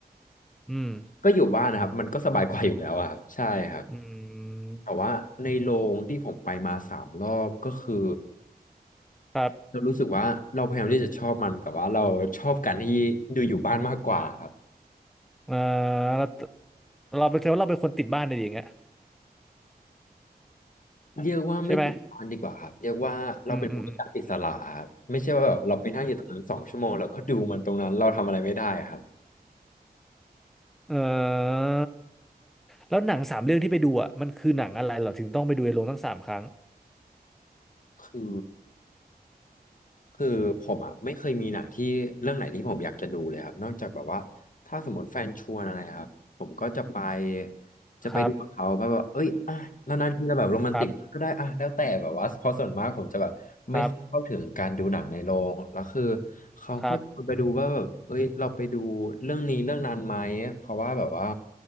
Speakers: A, in the centre; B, on the left.
A: อืม
B: ก็อยู่บ้านนะครับมันก็สบายกว่าอยู่แล้วอะครับใช่ครับ
A: อืม
B: แต่ว่าในโรงที่ผมไปมาสามรอบก็คือ
A: ครับ
B: เรารู้สึกว่าเราพยายามที่จะชอบมันแต่ว่าเราชอบการที่ดูอยู่บ้านมากกว่าครับ
A: เออเราเราเป็นแค่ว่าเราเป็นคนติดบ้านอะไรอย่างเงี้ย
B: เรียกว่าไม่ติดบ้านดีกว่าครับเรียกว่าเราเป็นผู้จัดอิสระครับไม่ใช่ว่าแบบเราไปนั่งอยู่ตรงนั้นสองชั่วโมงแล้วก็ดูมันตรงนั้นเราทำอะไรไม่ได้ครับ
A: ใช่ไหมอืมอืมอืมเออแล้วหนังสามเรื่องที่ไปดูอ่ะมันคือหนังอะไรเหรอถึงต้องไปดูในโรงตั้งสามครั้ง
B: คือ คือผมอ่ะไม่เคยมีหนังที่เรื่องไหนที่ผมอยากจะดูเลยครับนอกจากแบบว่าถ้าสมมติแฟนชวนอะไรครับผมก็จะไปจะไปดูกับเขาแบบว่าเอ้ยอ่ะนานๆทีจะแบบโรแมนติกก็ได้อ่ะแล้วแต่แบบว่าเพราะส่วนมากผมจะแบบไม่ค่อยเข้าถึงการดูหนังในโรงแล้วคือ
A: ครับครับครับ
B: เขาก็ชวนไปดูว่าแบบเอ้ยเราไปดูเรื่องนี้เรื่องนั้นไหมเพราะว่าแบบว่า
A: ครับ